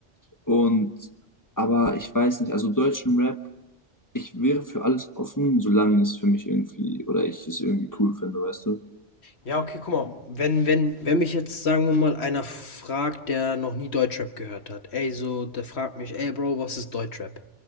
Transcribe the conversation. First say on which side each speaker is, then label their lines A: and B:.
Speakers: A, on the left; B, on the left.
A: und, aber ich weiß nicht, also deutschen Rap, ich wäre für alles offen, solange es für mich irgendwie, oder ich es irgendwie cool finde, weißt du.
B: Ja, okay, guck mal, wenn, wenn, wenn mich jetzt, sagen wir mal, einer fragt, der noch nie Deutschrap gehört hat, ey, so, der fragt mich, ey, Bro, was ist Deutschrap?